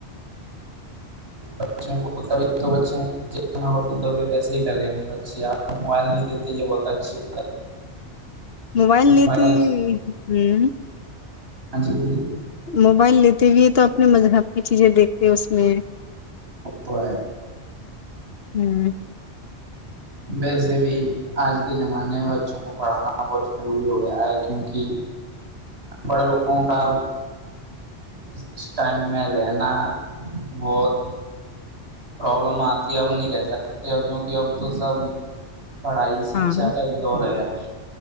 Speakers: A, on the right (about 65°); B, on the left (about 60°).
A: بچوں کوب تو بچوںگے ویسے ہی ڈالیں گے بچے آپ موبائل نہیں دیتے یہ بہت اچھی <unintelligible>
B: موبائل لیتے
A: ہاں
B: ہ
A: جی بولی
B: موبائل لیتے بھی ہے تو <unintelligible> اس میں مذہب کی چیزیں دیکھتے اس میں <unintelligible>
A: تو ہے
B: ہوں <unintelligible>
A: ویسے بھی آج کے زمانے میں بچوں کو پڑھانا بہت ضروری ہو گیا ہے کیونکہ پڑھ لوگوں کا اس ٹائم میں رہنا بہت پرابلم آتی ہے اب نہیں رہ سکتے اور کیونکہ اب تو سب پڑھائی شکھا
B: ہاں
A: کا ہی دور ہے